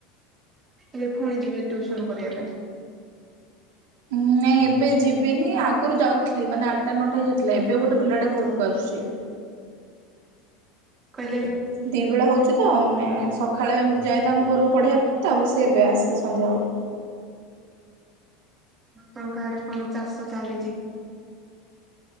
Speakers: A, on the right; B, on the right.
A: ଏବେ ଫୁଣି ଯିବେ ଟ୍ୟୁସନ କରିବା ପାଇଁ?
B: ଉଁ ନାଇଁ ଏବେ ଯିବିନି ଆଗରୁ ଯାଉ ଥିଲି ମାନେ ଆଠଟା ନଅଟା ହେଇ ଯାଉଥିଲା ଏବେ ଗୋଟେ ପିଲାଟା ଘରକୁ ଆସୁଛି।
A: କହିଲେ
B: ଦି ବେଳା ହଉଛି ତ ମାନେ ସଖାଳେ ମୁଁ ଯାଏ ତାଙ୍କ ଘରକୁ ପଢ଼େଇବା ତାପରେ ସେ ଏବେ ଆସେ ସନ୍ଧ୍ୟାବେଳକୁ।
A: ଆପଣଙ୍କ ଆଡେ କଣ ଚାଷ ଚାଲିଛି?